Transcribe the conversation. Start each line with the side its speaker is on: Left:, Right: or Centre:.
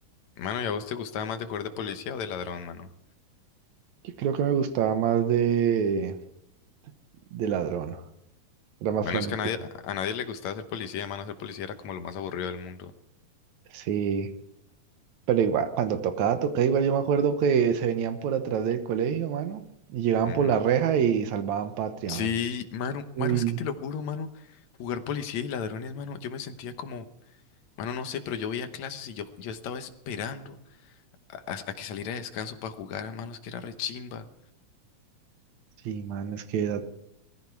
Left: Mano, ¿y a vos te gustaba más de jugar de policía o de ladrón, mano?
Right: Yo creo que me gustaba más de, de ladrón. Era más
Left: Bueno,
Right: frenético.
Left: es que a nadie, a nadie le gustaba ser policía, mano. Ser policía era como lo más aburrido del mundo.
Right: Sí. Pero igual, cuando tocaba, tocaba igual. Yo me acuerdo que se venían por atrás del colegio, mano. Y llegaban
Left: Ujú.
Right: por la reja y salvaban patria,
Left: Sí,
Right: mano.
Left: mano,
Right: Uy.
Left: mano, es que te lo juro, mano. Jugar policía y ladrones, mano, yo me sentía como, mano, no sé, pero yo veía clases y yo, yo estaba esperando a, a- a que saliera de descanso para jugar, mano, es que era rechimba.
Right: Sí, mano, es que era